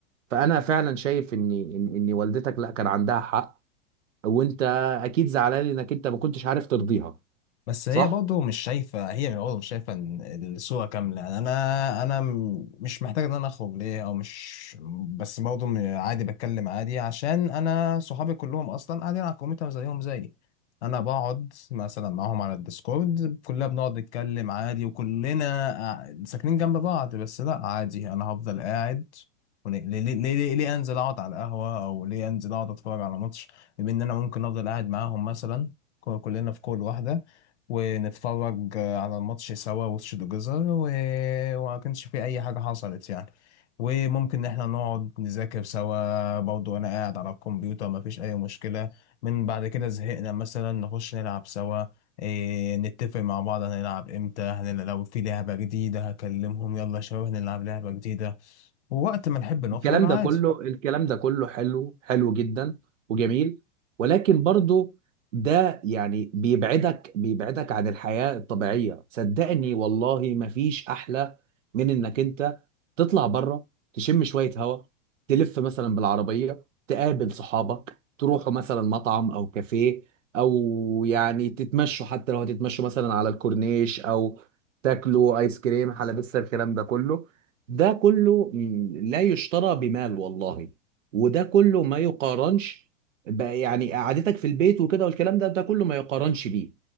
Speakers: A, on the right (about 85°); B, on the left (about 65°).
A: فانا فعلا شايف ان ان إن والدتك لا كان عندها حق وانت اكيد زعلان انك انت ما كنتش عارف ترضيها
B: بس هي
A: صح
B: برضه مش شايفة هي برضه مش شايفة إن الصورة كاملة يعني أنا أنا م- مش محتاج إن أنا أخرج ليه أو مش بس برضه م- عادي بتكلم عادي عشان أنا صحابي كلهم أصلا قاعدين على الكمبيوتر زيهم زيي أنا بقعد مثلا معاهم على الديسكورد كلنا بنقعد نتكلم عادي وكلنا قاع- ساكنين جنب بعض بس لأ عادي أنا هفضل قاعد وليه- ليه ليه ليه ليه أنزل أقعد على القهوة أو ليه أنزل أقعد أتفرج على ماتش بما إن أنا ممكن أفضل قاعد معاهم مثلا كلنا في كل واحدة ونتفرج على الماتش سوا وش جزر و... وما كانش في اي حاجة حصلت يعني وممكن ان احنا نقعد نذاكر سوا برضو انا قاعد على الكمبيوتر ما فيش اي مشكلة من بعد كده زهقنا مثلا نخش نلعب سوا إيه نتفق مع بعض هنلعب امتى هنلعب لو في لعبة جديدة هكلمهم يلا يا شباب هنلعب لعبة جديدة ووقت ما نحب نخرج
A: الكلام
B: عادي
A: ده كله الكلام ده كله حلو حلو جدا وجميل ولكن برضو ده يعني بيبعدك بيبعدك عن الحياة الطبيعية صدقني والله مفيش أحلى من إنك أنت تطلع بره تشم شوية هواء تلف مثلا بالعربية تقابل صحابك تروحوا مثلا مطعم أو كافيه أو يعني تتمشوا حتى لو هتتمشوا مثلا على الكورنيش أو تاكلوا آيس كريم حلبسة الكلام ده كله ده كله م، لا يشترى بمال والله وده كله ما يقارنش ب- يعني قعدتك في البيت وكده والكلام ده ده كله ما يقارنش بيه